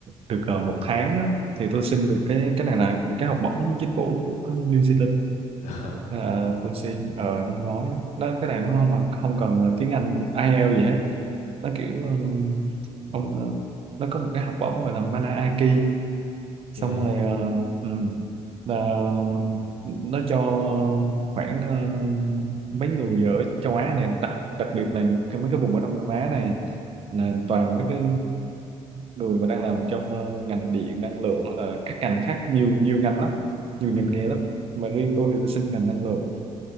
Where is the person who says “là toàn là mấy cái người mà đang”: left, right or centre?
Right